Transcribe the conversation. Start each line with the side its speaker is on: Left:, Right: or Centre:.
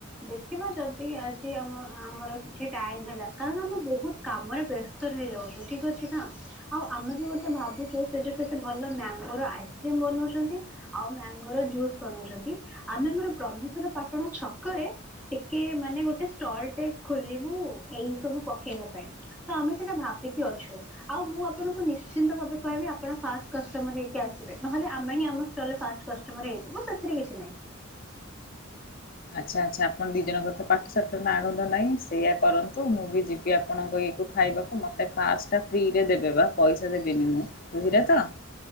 Centre: ଦେଖିବ ଯଦି ଆଜି ଆମ ଆମର କିଛି ଟାଇମ ହେଲା, କାରଣ ମୁ ବହୁତ କାମରେ ବ୍ୟ ସ୍ତରେ ରହି ଯାଉଛୁ। ଠିକ ଅଛି ନା? ଆଉ ଆମେ ବି ଗୋଟେ ଭାବୁଚୁ ସେଇଠି କେତେ ଭଲ ମ୍ୟାଙ୍ଗୋ ର ଆଇସ୍କ୍ରିମ ବନଉଛନ୍ତି। ଆଉ ମ୍ୟାଙ୍ଗୋ ର ଜୁସ୍ ବନଉଛନ୍ତି। ଆମେ ଆମର ବ୍ରହ୍ମେଶ୍ୱର ପାାଟଣା ଛକରେ ଟିକେ ମାନେ ଗୋଟେ ଷ୍ଟଲଟେ ଖୋଲିବୁ ଏଇ ସବୁ ପକେଇବା ପାଇଁ। ତ ଆମେ ସେଇଟା ଭାବିକି ଅଛୁ। ଆଉ ମୁଁ ଆପଣଙ୍କୁ ନିଶ୍ଚିନ୍ତ ଭାବେ କହିବି ଆପଣ ଫାଷ୍ଟ କଷ୍ଟମର ହେଇକି ଆସିବେ।, ନହେଲେ ଆମେ ହିଁ ଆମ ଷ୍ଟଲରେ ଫାଷ୍ଟ କ ଷ୍ଟମର ହେଇଯିବୁ ସେଥିରେ କିଛି ନାହିଁ।
Left: ଆଚ୍ଛା -ଆଚ୍ଛା। ଆପଣ ଦି ଜଣଙ୍କର ତ ପାଠ ଶାଠ ନା ଗନ୍ଧ ନାଇ ସେଇଆ କରନ୍ତୁ। ମୁଁ ବି ଯିବି କି ଆପଣଙ୍କ ଇଏକୁ ଖାଇବାକୁ। ମୋତେ ଫାଷ୍ଟଟା ଫ୍ରିରେ ଦେବେ ବା ପଇସା ଦେବିନିମୁଁ। ବୁଝିଲେ ତ?